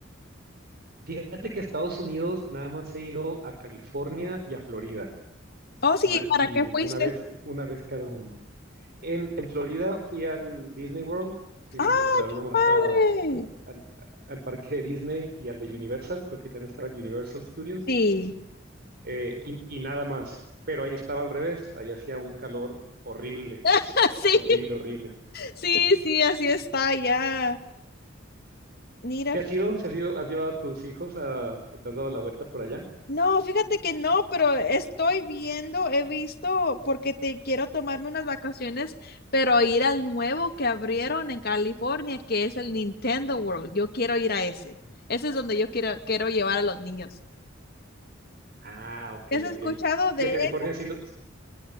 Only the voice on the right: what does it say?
Fíjate que a Estados Unidos nada más he ido a California y a Florida.
na- y
una vez, una vez cada uno. En, en Florida fui al Disney World. Fuimos
literal nomás
a, a- al, al parque de Disney y al de Universal. Creo que también estaba el Universal Studios.
eh, y, y nada más. Pero ahí estaba al revés, ahí hacía un calor horrible,
horrible, horrible.
¿Se has ido? ¿Se has ido? ¿Has llevado a tus hijos a, o te has dado la vuelta por allá?
Ah, ok,
ok.
Y a California
sí lo,